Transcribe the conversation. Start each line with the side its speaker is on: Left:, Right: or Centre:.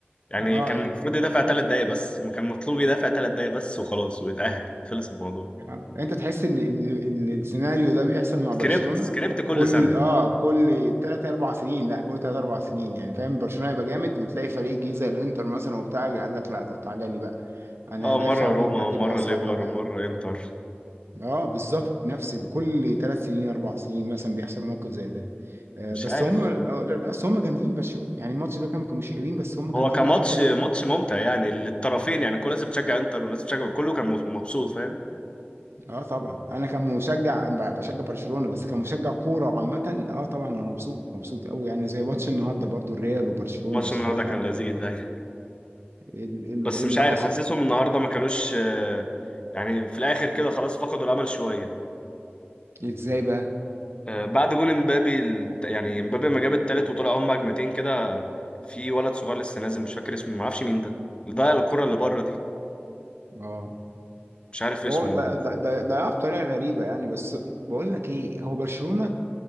Left: يعني
Right: اه
Left: كان
Right: يعني
Left: المفروض يدافع ثلاث دقايق بس ما كان مطلوب يدافع ثلاث دقايق بس وخلاص ويتأهل خلص الموضوع
Right: آه. انت تحس ان ان إن السيناريو ده بيحصل مع
Left: سكريبت
Right: برشلونه
Left: سكريبت
Right: ك-
Left: كل
Right: كل
Left: سنه
Right: اه كل 3 4 سنين لا كل 3 4 سنين يعني فاهم برشلونه يبقى جامد وتلاقي فريق جه زي الانتر مثلا وبتاع قال لك لا طب تعالى لي بقى انا
Left: اه
Right: هدافع
Left: مرة
Right: وانت
Left: روما
Right: تبقى
Left: ومرة
Right: اصبح
Left: ليفر
Right: على
Left: ومرة انتر
Right: اه بالظبط نفس كل 3 سنين 4 سنين مثلا بيحصل موقف زي ده آه
Left: مش
Right: بس
Left: عارف
Right: هم آه، لا بس هم جامدين برشلونه يعني الماتش ده كان كانوا مش حلوين بس هم جامدين
Left: هو كماتش
Right: يعني انت قول
Left: ماتش ممتع يعني للطرفين يعني كل الناس بتشجع انتر والناس بتشجع كله كان مبسوط فاهم
Right: اه طبعا انا كمشجع أنا ب- بشجع برشلونه بس كمشجع كوره عامه اه طبعا انا مبسوط مبسوط قوي يعني زي ماتش النهارده برضو الريال وبرشلونه
Left: ماتش
Right: اتفرجت
Left: النهارده كان
Right: عليه
Left: لذيذ ايوه
Right: ايه ال- إيه ال-
Left: بس
Right: إيه اللي
Left: مش عارف
Right: حصل
Left: حاسسهم النهارده ما كانوش آه، يعني في الاخر كده خلاص فقدوا الامل شوية
Right: ازاي بقى
Left: آه، بعد جون امبابي الت- يعني امبابي لما جاب التالت وطلع هم هجمتين كده في ولد صغير لسه نازل مش فاكر اسمه ما اعرفش مين ده اللي ضيع الكرة اللي
Right: مم.
Left: بره دي
Right: اه
Left: مش عارف اسمه
Right: هو ده ده ده ده بطريقه غريبه يعني بس بقول لك ايه هو برشلونه